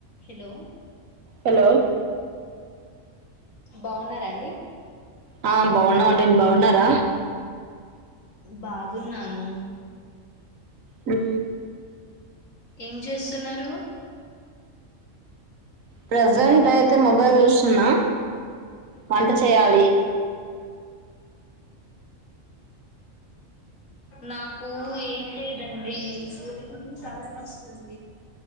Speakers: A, on the left; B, on the right.
A: హలో
B: హలో
A: బాగున్నారా అండి
B: ఆ బాగున్నామండి మీరు బాగున్నారా
A: బాగున్నాను
B: మ్
A: ఏం చేస్తున్నారు
B: ప్రజెంట్ అయితే మొబైల్ చూస్తున్నా వంట చేయాలి
A: నాకు ఏం లేదండి ఫుల్లు తల నొస్ మ్